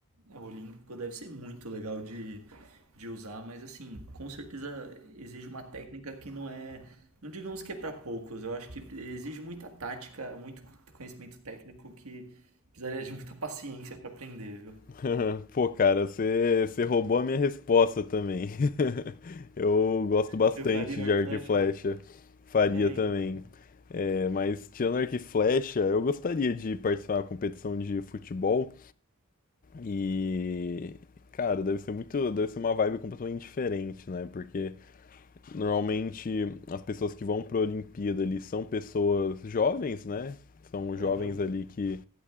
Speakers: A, on the right; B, on the left.
A: né, o olímpico, deve ser muito legal de, de usar, mas assim, com certeza exige uma técnica que não é. Não digamos que é para poucos, eu acho que exige muita tática, muito conhecimento técnico que precisaria de muita paciência para aprender, viu?
B: <laughs> Pô, cara, você você roubou a minha resposta também. <laughs> Eu gosto bastante
A: Você faria hard
B: de arco
A: Horcrux?
B: e flecha. Faria
A: É,
B: também.
A: então.
B: É, mas tirando arco e flecha, eu gostaria de participar de uma competição de futebol. E, cara, deve ser muito, deve ser uma vibe completamente diferente, né? Porque normalmente as pessoas que vão para a Olimpíada ali são pessoas jovens, né? São
A: Aham.
B: jovens ali que